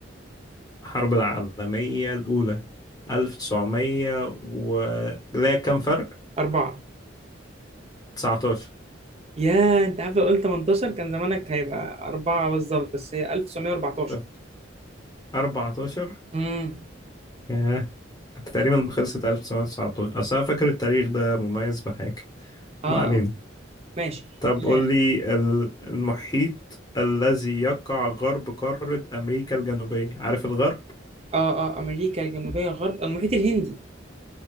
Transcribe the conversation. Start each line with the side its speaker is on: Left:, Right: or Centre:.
Left: الحرب العالمية الأولى ألف تسعمية و لا كام فرق؟
Right: أربعة
Left: تسعتاشر
Right: يا انت عارف لو قلت 18 كان زمانك هيبقى أربعة بالظبط بس هي 1914
Left: طب أربعتاشر
Right: امم
Left: ياه تقريبا خلصت ألف تسعمية تسعتاشر أصل أنا فاكر التاريخ ده مميز بحاجة
Right: اه
Left: ما علينا
Right: اه ماشي
Left: طب
Right: اه
Left: قول لي ال- المحيط الذي يقع غرب قارة أمريكا الجنوبية عارف الغرب؟
Right: اه آه، أمريكا الجنوبية غرب المحيط الهندي